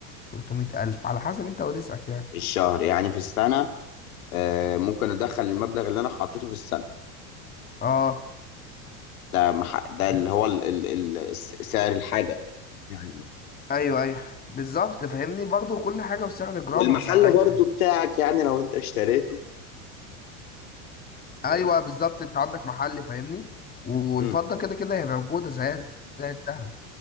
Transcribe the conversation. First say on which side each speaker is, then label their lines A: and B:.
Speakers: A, on the left; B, on the left.
A: تلتمية الف على حسب انت ورزقك يعني
B: في الشهر يعني في السنة آه، ممكن أدخل المبلغ اللي أنا حطيته في السنة
A: اه
B: ده مح... ده اللي
A: بس
B: هو ال... ال... ال... الس- سعر الحاجة يعني
A: ايوه ايوه بالظبط فاهمني برضو كل حاجة وسعر جرامها
B: والمحل
A: ساعتها
B: برضو بتاعك يعني لو انت اشتريته
A: ايوه
B: طيب
A: بالظبط انت عندك محل فاهمني والفضه
B: امم
A: كده كده هي موجوده زيها زي الذهب